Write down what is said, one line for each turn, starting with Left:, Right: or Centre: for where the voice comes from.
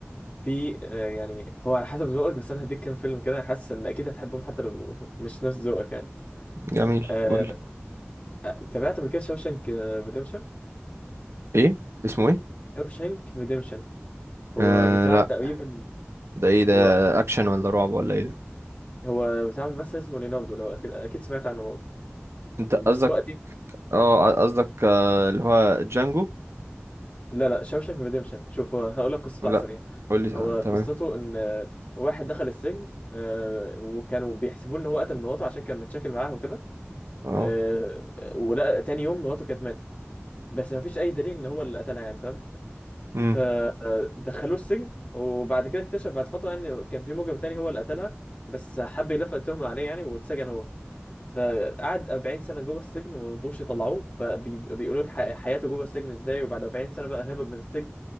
Left: في آه، يعني هو على حسب ذوقك بس انا هديك كام فيلم كده حاسس ان اكيد هتحبهم حتى لو <laughs> مش نفس ذوقك يعني
Right: جميل
Left: آه،
Right: قول لي
Left: آه، تابعت قبل كده شوشانك ريديمشن
Right: ايه اسمه ايه
Left: شوشانك ريديمشن هو
Right: آه
Left: بتاع
Right: لا
Left: تقريبا
Right: ده ايه ده
Left: هو
Right: اكشن ولا رعب ولا ايه ده
Left: هو بتاع ممثل اسمه ليناردو لو اكيد اكيد سمعت عنه برضه
Right: انت قصدك
Left: بس هو قديم
Right: اه قصدك آه اللي هو جانجو
Left: لا لا شوشانك ريديمشن شوف هو هقول لك قصته
Right: لا
Left: على السريع
Right: قول لي
Left: هو
Right: آه،
Left: قصته
Right: تمام
Left: ان آه، واحد دخل السجن آه، وكانوا بيحسبوه ان هو قتل مراته عشان كان متشاكل معاها وكده
Right: اه
Left: آه، ولا تاني يوم مراته كانت ماتت بس ما فيش اي دليل ان هو اللي قتلها يعني فاهم
Right: امم
Left: فدخلوه السجن وبعد كده اكتشف بعد فتره يعني كان في مجرم تاني هو اللي قتلها بس حب يلفق التهمه عليه يعني واتسجن هو فقعد 40 سنه جوه السجن وما رضوش يطلعوه فبيقولوا له ح- حياته جوه السجن ازاي وبعد 40 سنه بقى هرب من السجن